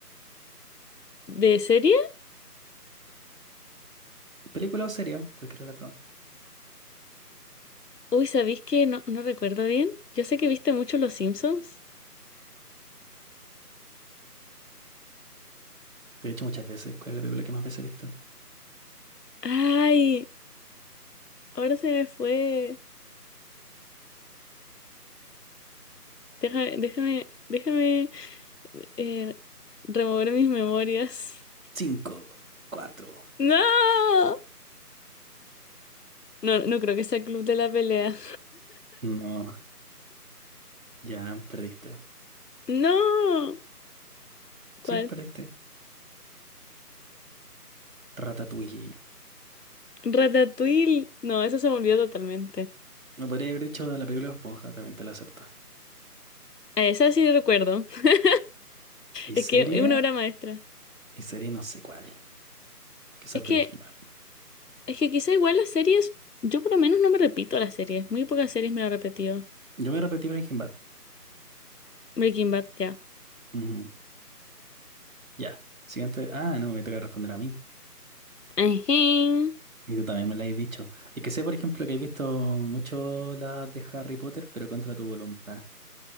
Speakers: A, on the left (about 80°); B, on the right (about 55°).
A: ¿de serie?
B: ¿Película o serie? Cualquier relato.
A: Uy, ¿sabéis que no, no recuerdo bien? Yo sé que viste mucho Los Simpsons.
B: Te he dicho muchas veces. ¿Cuál es la película que más veces he visto?
A: Ay, ahora se me fue. Déjame, déjame, déjame eh, remover mis memorias.
B: Cinco, cuatro.
A: <laughs> ¡No! No, no creo que sea Club de la Pelea.
B: No, ya perdiste.
A: <laughs> ¡No! ¿Cuál?
B: Sí, perdiste. Ratatouille.
A: Ratatouille. No, eso se me olvidó totalmente.
B: No podría haber dicho la película de Esponja, también te lo acepto.
A: A esa sí recuerdo. <laughs>
B: ¿Y
A: Es
B: serie?
A: que es una obra maestra.
B: Y serie no sé cuál. Que es
A: Es
B: Breaking
A: que,
B: Bad.
A: es que quizá igual las series, yo por lo menos no me repito las series. Muy pocas series me lo he repetido.
B: Yo me repetí Breaking Bad.
A: Breaking Bad, ya.
B: Ujú. Ya. Siguiente. Ah, no, me toca responder a mí.
A: Ajín.
B: Y tú también me lo has dicho. Es que sé, por ejemplo, que has visto mucho las de Harry Potter, pero contra tu voluntad.